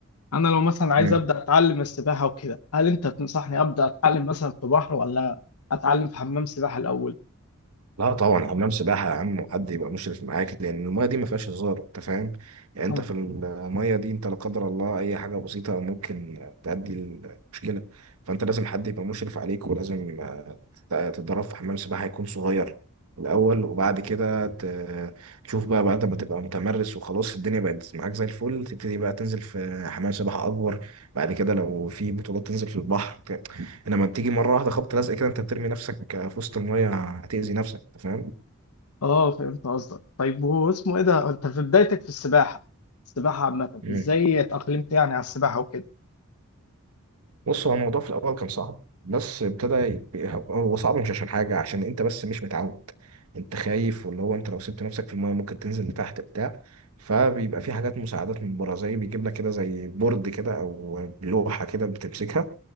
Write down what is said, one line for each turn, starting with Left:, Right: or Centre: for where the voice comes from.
Left: انا لو مثلا
Right: مم.
Left: عايز ابدا اتعلم السباحة وكده هل انت تنصحني ابدا اتعلم مثلا في بحر ولا اتعلم في حمام سباحة الاول؟
Right: لا طبعا حمام سباحه يا عم وحد يبقى مشرف معاك لان المايه دي ما فيهاش هزار انت فاهم يعني
Left: اه
Right: انت في المايه دي انت لا قدر الله اي حاجه بسيطه ممكن تؤدي المشكله فانت لازم حد يبقى مشرف عليك ولازم تتدرب في حمام سباحة هيكون صغير الأول وبعد كده ت- تشوف بقى بعد ما تبقى متمرس وخلاص الدنيا بقت معاك زي الفل تبتدي بقى تنزل في حمام سباحة أكبر بعد كده لو في بطولات تنزل في البحر ت- إنما تيجي مرة واحدة خبط لزق كده أنت بترمي نفسك في وسط المية هتأذي نفسك أنت
Left: اه فهمت قصدك طيب هو اسمه ايه ده انت في بدايتك في السباحة السباحة عامة
Right: فاهم؟
Left: ازاي اتأقلمت يعني على السباحة وكده
Right: بص هو الموضوع في الاول كان صعب بس ابتدى ي- هو صعب مش عشان حاجه عشان انت بس مش متعود انت خايف واللي هو انت لو سبت نفسك في المايه ممكن تنزل لتحت بتاع فبيبقى في حاجات مساعدات من بره زي بيجيب لك كده زي بورد كده او لوحه كده بتمسكها